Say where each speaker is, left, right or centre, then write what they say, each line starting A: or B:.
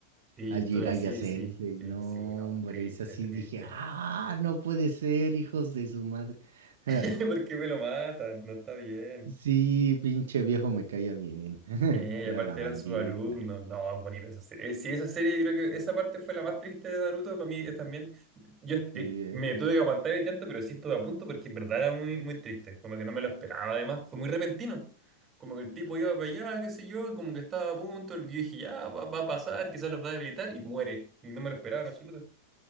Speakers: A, on the right; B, on the right.
A: Sí,
B: Al
A: yo estuve
B: Jiraiya
A: así,
B: Sensei,
A: sí, sí,
B: no,
A: sí, no,
B: hombre,
A: triste,
B: es así,
A: triste.
B: dije, ah, no puede ser, hijos de su madre.
A: <laughs>
B: <laughs>
A: ¿Por qué me lo matan? No está bien.
B: Sí, pinche viejo me caía bien. <laughs>
A: Eh,
B: Era
A: y aparte
B: la bandita.
A: eran sus alumnos. No, es bonita esa serie. Eh, sí, esa serie, yo creo que esa parte fue la más triste de Naruto. Para mí es también. Yo eh,
B: Sí, ¿eh?
A: me tuve que aguantar el llanto, pero sí estuve a punto porque en verdad era muy, muy triste. Como que no me lo esperaba, además. Fue muy repentino. Como que el tipo iba para allá, qué sé yo, y como que estaba a punto. Yo dije, ya, va, va a pasar, quizás los va a debilitar, y muere. Y no me lo esperaba en absoluto.